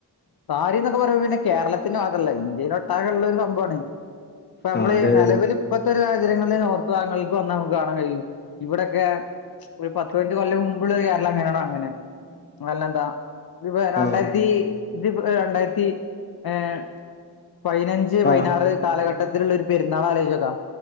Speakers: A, on the left; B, on the left.
A: സാരിന്നൊക്കെ പറ്ഞ്ഞാ പിന്നെ കേരള ത്തിന് മാത്രല്ല ഇന്ത്യയിലൊട്ടാക്കേള്ള ഒരു സംഭവാണ് ഇപ്പൊ അമ്മള്
B: ആ അതെ
A: നിലവില് ഇപ്പത്തെ ഒരു സാഹചര്യങ്ങള്ല് നോർത്ത് ഭാഗങ്ങള്ക്ക് വന്നാ നമുക്ക് കാണാൻ കഴിയും ഇവടെക്കെ ഒരു പ പയിനഞ്ച് കൊല്ല മുമ്പ്ള്ളെ കേരളം എങ്ങനാണോ അങ്ങനെ എല്ലാന്താ ഇത് പേ
B: അതെ
A: രണ്ടായിരത്തി ഇത്പ്പോ ഏഹ് രണ്ടായിരത്തി ഏഹ് പയിനഞ്ച് പയിനാറ്
B: ആഹ്
A: കാലഘട്ടത്തിലുള്ളൊര് പെരുന്നാളാ ആലോയിച്ചോക്കാ